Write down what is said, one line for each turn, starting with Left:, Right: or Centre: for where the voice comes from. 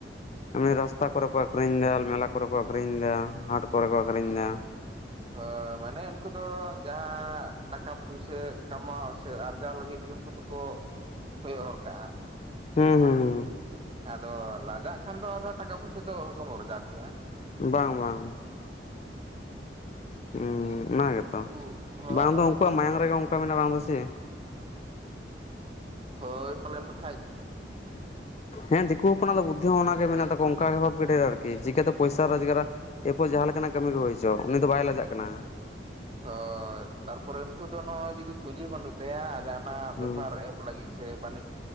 Left: ᱮᱢᱱᱮ ᱨᱟᱥᱛᱟ ᱠᱚᱨᱮ ᱠᱚ ᱟᱠᱷᱨᱤᱧ ᱫᱟ ᱢᱮᱞᱟ ᱠᱚᱨᱮ ᱠᱚ ᱟᱠᱷᱨᱤᱧ ᱫᱟ ᱦᱟᱴ ᱠᱚᱨᱮ ᱠᱚ ᱟᱠᱷᱨᱤᱧ ᱫᱟ᱾
Right: ᱦᱚᱭ, ᱢᱟᱱᱮ ᱩᱱᱠᱩ ᱫᱚ ᱡᱟᱦᱟᱸ ᱴᱟᱠᱟ ᱯᱩᱭᱥᱟᱹ ᱠᱟᱢᱟᱣ ᱥᱮ ᱟᱨᱡᱟᱣ ᱞᱟᱹᱜᱤᱫ ᱜᱮ ᱩᱱᱠᱩ ᱫᱚᱠᱚ ᱠᱚᱭᱚᱜ ᱦᱚᱨ ᱠᱟᱜᱼᱟ᱾
Left: ᱦᱩᱸ ᱦᱩᱸ ᱦᱩᱸ᱾
Right: ᱟᱫᱚ ᱞᱟᱡᱟᱜ ᱠᱷᱟᱱ ᱫᱚ ᱟᱫᱚ ᱴᱟᱠᱟ ᱯᱩᱭᱥᱟᱹ ᱫᱚ ᱚᱦᱚᱜᱮᱢ ᱟᱨᱡᱟᱣ ᱠᱮᱭᱟ᱾
Left: ᱵᱟᱝ ᱵᱟᱝ, ᱦᱩᱸ ᱚᱱᱟ ᱜᱮᱛᱚ
Right: ᱩᱱᱠᱩ ᱦᱚᱸ
Left: ᱵᱟᱝ
Right: ᱱᱩᱠᱩ
Left: ᱫᱚ ᱩᱱᱠᱩᱣᱟᱜ
Right: ᱫᱤᱠᱩ
Left: ᱢᱟᱭᱟᱝ ᱨᱮᱜᱮ ᱚᱱᱠᱟ ᱢᱮᱱᱟᱜᱼᱟ ᱵᱟᱝ ᱫᱚ ᱥᱮ,
Right: ᱦᱳᱭ ᱯᱟᱞᱮᱱ ᱠᱷᱟᱭ
Left: ᱦᱮᱸ ᱫᱤᱠᱩ ᱦᱚᱯᱚᱱᱟᱜ ᱫᱚ ᱵᱩᱫᱷᱤ ᱦᱚᱸ ᱚᱱᱟᱜᱮ ᱢᱮᱱᱟᱜ ᱛᱟᱠᱚ ᱚᱱᱠᱟᱜᱮ ᱵᱷᱟᱵ ᱰᱷᱮᱨ ᱟᱨᱠᱤ ᱪᱤᱠᱟᱹᱛᱮ ᱯᱚᱭᱥᱟ ᱨᱳᱡᱽᱜᱟᱨᱟ, ᱮᱨᱯᱚᱨ ᱡᱟᱦᱟᱸ ᱞᱮᱠᱟᱱᱟᱜ ᱠᱟᱹᱢᱤ ᱜᱮ ᱦᱩᱭᱪᱚ ᱩᱱᱤ ᱫᱚ ᱵᱟᱭ ᱞᱟᱡᱟᱜ ᱠᱟᱱᱟ᱾
Right: ᱦ ᱛᱟᱨᱯᱚᱨᱮ ᱩᱱᱠᱩ ᱫᱚ ᱱᱚᱜᱼᱚᱭ ᱡᱩᱫᱤ ᱯᱩᱸᱡᱤ ᱵᱟᱹᱱᱩᱜ ᱛᱟᱭᱟ ᱟᱨ ᱚᱱᱟ
Left: ᱦᱩᱸ
Right: ᱵᱮᱯᱟᱨ ᱮᱦᱚᱵ ᱞᱟᱹᱜᱤᱫ ᱥᱮ ᱵᱟᱹᱱᱤᱡ